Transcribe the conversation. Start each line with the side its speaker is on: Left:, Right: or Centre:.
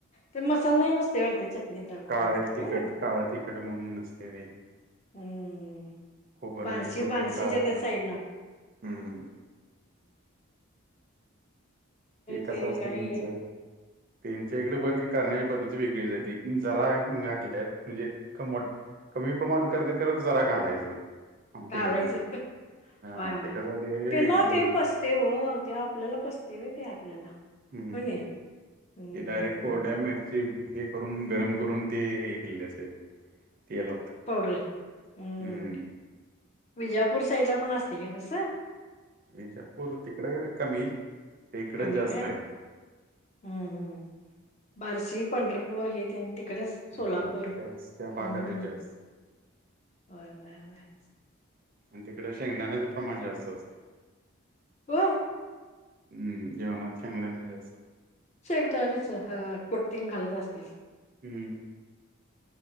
Left: ते मसाले नुसते वरते चटनी तडत
Right: काळ तिखट
Left: हाय नई
Right: काळ तिखट म्हणून असते ते
Left: <unintelligible>
Right: खोबरं
Left: बार्शी,
Right: हे करून
Left: बार्शीच्याग
Right: काळ
Left: साइडला
Right: हम्म एका
Left: ते
Right: संस्थेनींच
Left: काय
Right: त्यांच्या इकडे पण ती करण्याची पद्धती वेगळी जाते जरा घातल्यात म्हणजे मो कमी प्रमाण करते करत जरा घालायचं आमटीमधये
Left: घालायचं
Right: हा
Left: व्हय व्हय
Right: ते कसं होते
Left: त्यांना ते ओ ते आपल्याला पचताय ओ ते आपल्याला
Right: हम्म
Left: होय नाही हम्म
Right: ते डायरेक्ट कोड्या मिर हे करून गरम करून ते हे केले असे तेलात
Left: पावडर हम
Right: हम्म
Left: विजापूर साईडला पण असते का तस
Right: विजापूर तिकड कमी इकड
Left: कमी
Right: जास्त
Left: काय
Right: आहे
Left: हम्म बार्शी, पंढरपूर हे तेन तिकडच सोलापूर
Right: हो त्याच
Left: हम्म
Right: त्या भागात आहे जास्त
Left: <unintelligible>
Right: आणि तिकड शेंगदाण्याचं प्रमाण जास्त असतं
Left: व्हय
Right: हम् जेवणात शेंगदाणे जास्त
Left: शेंगदाणच हा कुटतींग घालत असतील
Right: हम्म